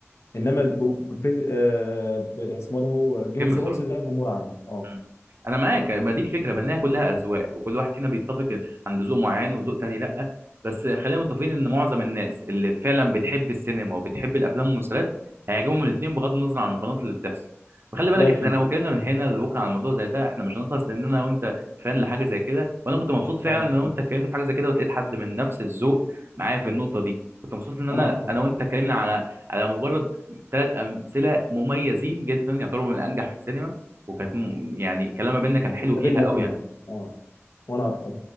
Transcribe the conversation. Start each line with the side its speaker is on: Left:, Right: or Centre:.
Left: انما جو- بي- آه، ب- اسمه ده هو جيم
Right: جيم
Left: اوف
Right: اوف
Left: ثرونز ده جمهور عام اه
Right: مم. انا معاك ما دي الفكره بانها كلها اذواق وكل واحد فينا بيتفق عند ذوق معين وذوق تاني لا بس خلينا متفقين ان معظم الناس اللي فعلا بتحب السينما وبتحب الافلام والمسلسلات هيعجبهم الاثنين بغض النظر عن المقارنات اللي بتحصل وخلي بالك
Left: ده اكيد
Right: احنا لو اتكلمنا من هنا لبكره على الموضوع زي ده احنا مش هنخلص لان انا وانت فان لحاجه زي كده وانا كنت مبسوط فعلا
Left: اه
Right: ان انا
Left: اكيد
Right: وانت اتكلمنا في حاجه زي كده ولقيت حد من نفس الذوق معايا في النقطه دي كنت مبسوط ان انا
Left: انا اكتر
Right: انا وانت اتكلمنا على على مجرد ثلاث امثله مميزين جدا يعتبروا من الانجح في السينما وكانت م- يعني كلام ما بيننا كان حلو
Left: واتقابلنا
Right: فيها قوي
Left: فيهم
Right: يعني
Left: اه وانا اكتر